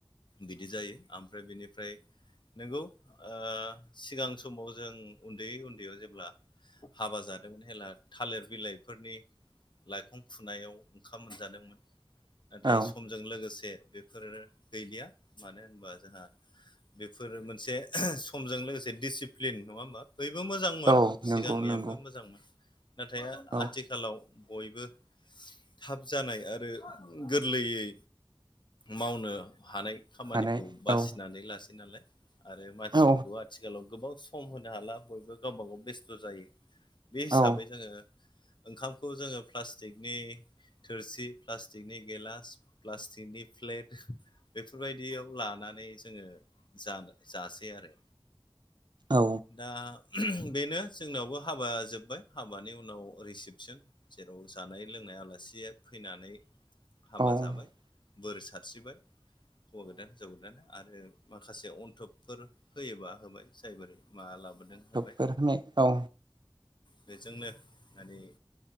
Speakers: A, on the left; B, on the right.
A: बिदि जायो ओमफ्राय बिनिफ्राय नंगौ ओ सिगां समाव जों उन्दै उन्दैयाव जेब्ला हाबा जादोंमोन हेब्ला थालिर बिलाइफोरनि लाइखं फुनायाव ओंखाम मोनजादोंमोन। नाथाय
B: औ
A: समजों लोगोसे बेफोरो गैलिया मानो होनबा जोंहा बेफोरो मोनसे समजों लोगोसे डिसिप्लिन नङा होमबा बयबो मोजांमोन
B: औ
A: सिगांनियाबो
B: नंगौ नंगौ
A: मोजांमोन नाथाय
B: औ
A: आथिखालाव बयबो थाब जानाय आरो गोरलैयै मावनो हानाय खामानिखौ
B: हानाय
A: बासिनानै
B: औ
A: लासै नालाय आरो। मानसिफोरखौ
B: औ
A: आथिखालाव गोबां सम' होनो हाला बयबो गावबा गाव बेस्थ' जायो बे हिसाबै
B: औ
A: जोङो ओंखामखौ जोङो प्लास्टिकनि थोरसि प्लास्टिकनि गेलास प्लास्टिकनि प्लेट बेफोरबायदियाव लाना माने जोङो जा जासै आरो
B: औ
A: दा बेनो जोंनावबो हाबा जोब्बाय हाबानि उनाव रिसिपसन जेराव जानाय लोंनाय बुंनाय आलासि फैनानै हाबा
B: औ
A: जाबाय बोर सारसिरिबाय हौवा गोदान हिनजाव गोदान आरो माखासे अन्थोबफोर होयोबा होबाय जाय बोरै मा लाबोदों होबाय
B: बोरहोनाय औ
A: बेजोंनो माने